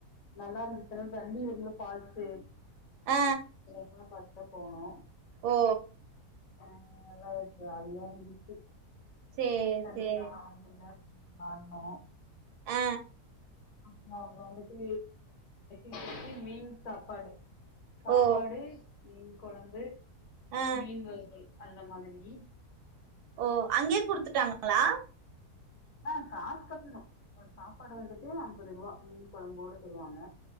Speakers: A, on the left (about 40°); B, on the right (about 80°).
A: நல்லா இருந்துச்சு தண்ணி வரும்ல ஃபால்ஸு
B: ஆ
A: அதல்லா பாத்துதா போனோ
B: ஓ
A: ஆ நல்லா ஜாலியா இருந்துச்சு
B: சேரி
A: <unintelligible>
B: சேரி ஆ
A: அங்க அவுங்க வந்துட்டு <unintelligible> மீன் சாப்பாடு சாப்பாடு
B: ஓ
A: மீன் கொழம்பு
B: ஆ
A: மீன் வறுவல் அந்த மாதிரி
B: ஓ அங்கயே குடுத்துட்டாங்களா
A: ஆ காசு கட்டணு ஒரு சாப்பாடு வந்துட்டு அம்பது ருவா மீன் கொழம்போட தருவாங்க